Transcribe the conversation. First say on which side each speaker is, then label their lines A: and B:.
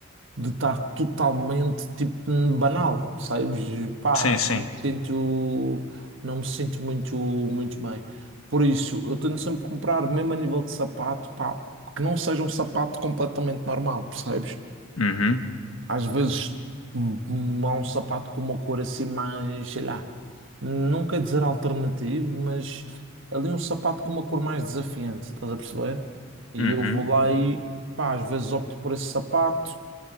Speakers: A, on the right; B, on the left.
A: de estar totalmente, tipo, banal, percebes? E, Pá,
B: Sim, sim.
A: não me sinto, não me sinto muito, muito bem. Por isso, eu tento sempre comprar, mesmo a nível de sapato, pá, que não seja um sapato completamente normal, percebes?
B: Uhum.
A: Às vezes hum, há um sapato com uma cor assim mais, sei lá, não quer dizer alternativo, mas ali um sapato com uma cor mais desafiante, estás a perceber? E
B: Uhum.
A: eu vou lá e, pá, às vezes opto por esse sapato.